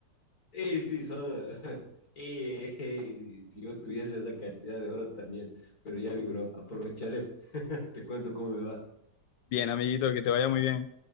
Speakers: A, on the left (about 60°); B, on the left (about 85°).
A: Y sí, son. eh, <laughs> eh, eh, si si yo tuviese esa cantidad de oro también, pero ya vi, bro, aprovecharé. <laughs> Te cuento cómo me va.
B: Bien, amiguito, que te vaya muy bien.